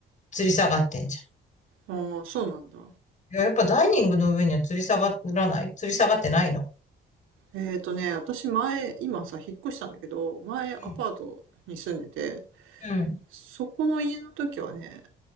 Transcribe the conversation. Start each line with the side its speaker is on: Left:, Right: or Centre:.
Left: 吊り下がってんじ
Right: ああ、そうなんだ。
Left: ゃん。いや、やっぱダイニングの上には吊り下がらない吊り下がってないの
Right: えっとね、私前、今さ、引っ越したんだけど、前アパートに住んでて、
Left: うん。うん。
Right: そこの家の時はね、